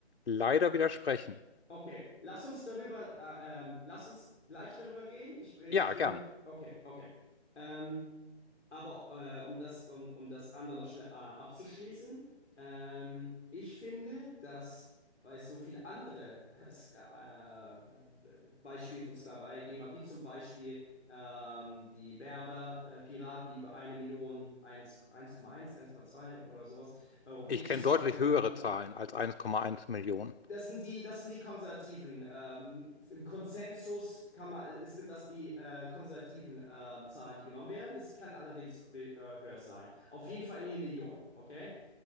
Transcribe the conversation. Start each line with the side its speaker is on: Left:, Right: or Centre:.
Left: leider widersprechen.
Centre: Okay, lass uns darüber, äh, ähm, lass uns gleich darüber reden. Ich bring,
Left: Ja,
Centre: ich will
Left: gern.
Centre: noch, okay, okay. Ähm, aber äh, um das, um, um das andere noch schnell äh, abzuschließen, ähm, ich finde, dass weil es so viele andere äh, Sk- äh, äh, Beispiele von Sklaverei gegeben hat, wie zum Beispiel ähm, die Berber, äh, Piraten, die über eine Million, eins eins Komma eins eins Komma zwei oder sowas, europäische
Left: Ich kenne
Centre: Sklaven
Left: deutlich
Centre: genommen
Left: höhere
Centre: hatten.
Left: Zahlen als 1,1 Millionen.
Centre: Das sind die, das sind die Konservativen. Ähm, Im Konsensus kann man, ist, sind das die äh, konservativen ähm, Zahlen, die genommen werden. Es kann allerdings we- äh, höher sein. Auf jeden Fall eine Million, okay?